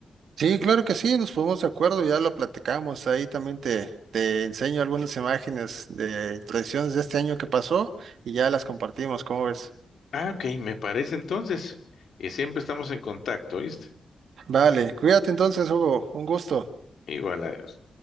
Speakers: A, on the right; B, on the left.
A: Sí, claro que sí, nos ponemos de acuerdo, ya lo platicamos. Ahí también te, te enseño algunas imágenes de tradiciones de este año que pasó y ya las compartimos, ¿cómo ves?
B: Ah, ok, me parece entonces. Y siempre estamos en contacto, ¿viste?
A: Vale, cuídate entonces, Hugo, un gusto.
B: Igual, adiós.